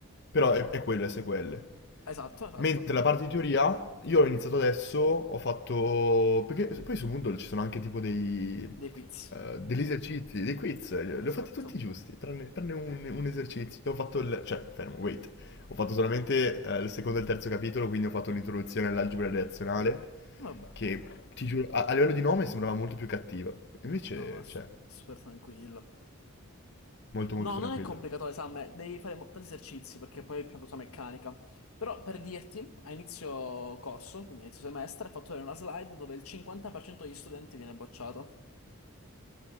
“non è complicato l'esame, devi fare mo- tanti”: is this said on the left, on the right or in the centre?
Left